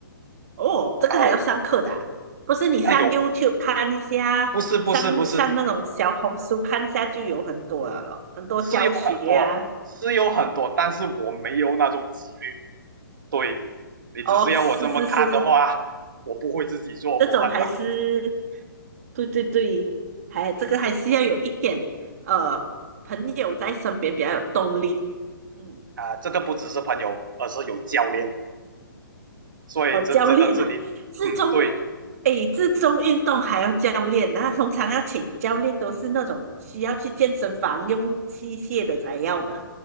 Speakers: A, on the right; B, on the right.
A: 哦，这个还要上课的啊不是你上
B: 然后啊、有
A: YouTube 看一下，
B: 不是不是不是
A: 上上那种小红书看一下就有很多了咯，很多教学啊。
B: 是有很多是有很多，但是我没有那种几率。对，你只是要我这么看的话，
A: 哦，是是是，
B: <laughs> 我不会自己做，
A: 这种还是
B: 我很懒
A: 对对对，还这个还是要有一点呃朋友在身边比较有动力。嗯，
B: 啊、这个不只是朋友，而是有教练，所以这真的是你，
A: 哦，教练啊，自重，
B: 嗯，对，
A: 诶，自重运动还要教练，那通常要请教练都是那种需要去健身房用器械的才要嘛。